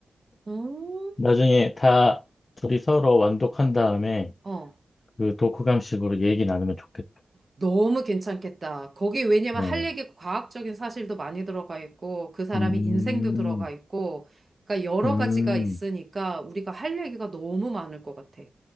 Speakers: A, on the right (about 35°); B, on the left (about 45°).
A: 음.
B: 나중에 다 둘이 서로 완독한 다음에
A: 어.
B: 그 독후감식으로 얘기 나누면 좋겠다.
A: 너무 괜찮겠다. 거기 왜냐면
B: 어.
A: 할 얘기 과학적인 사실도 많이 들어가 있고 그 사람이
B: 음,
A: 인생도 들어가 있고 그러니까 여러
B: 음,
A: 가지가 있으니까 우리가 할 얘기가 너무 많을 것 같아.